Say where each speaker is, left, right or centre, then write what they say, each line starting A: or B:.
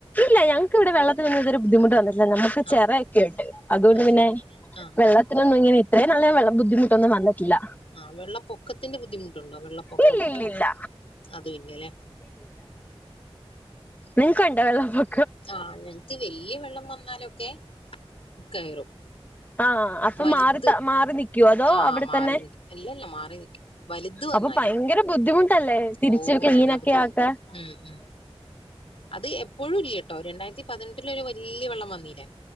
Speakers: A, on the left; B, on the left.
A: ഇല്ല ഞങ്ങക്ക് ഇവിടെ വെള്ളത്തിനൊന്നും ഇതവരെ ബുദ്ധിമുട്ട് വന്നിട്ടില്ല നമുക്ക്
B: ആഹ്
A: ചിറയൊക്കെ ഉണ്ട് അതുകൊണ്ട്
B: അത്
A: പിന്നെ
B: ശരി ആഹ്
A: വെള്ളത്തിനൊന്നും ഇങ്ങനെ ഇത്ര നല്ല വെള്ള ബുദ്ധിമുട്ടുന്ന നല്ല ക്കില്ല
B: ആ വെള്ളപ്പൊക്കത്തിന്റെ ബുദ്ധിമുട്ട് ഉണ്ടോ വെള്ളപ്പൊക്കം,
A: ഇല്ല ഇല്ല ഇല്ല
B: അതും ഇല്ല അല്ലേ
A: നിങ്ങക്കൊണ്ടോ വെള്ള പൊ
B: ആ, ഞങ്ങക്ക് വല്യ വലിയ വെള്ളം വന്നാലൊക്കെ കയറും
A: ആ, അപ്പൊ
B: വലുത്
A: മാറി താ മാറി നിക്കോ, അതോ
B: ആഹ്
A: അവിടെ
B: മാറി
A: തന്നെ
B: നിക്കും ഇല്ലല്ല മാറി നിക്കും വലുത് വന്നാല്
A: അപ്പൊ ഭയങ്കര ബുദ്ധിമുട്ട് ബുദ്ധിമുട്ടല്ലേ തിരിച്ച്
B: ഓ
A: ക്ലീനൊക്കെ
B: നല്ല ബുദ്ധിമുട്ടാ
A: ആക്കാൻ
B: ഉം ഉം അത് എപ്പോഴും ഇല്ലട്ടോ രണ്ടായിരത്തി പതിനെട്ടില ഒരു വലയ വെള്ളം വന്നില്ലേ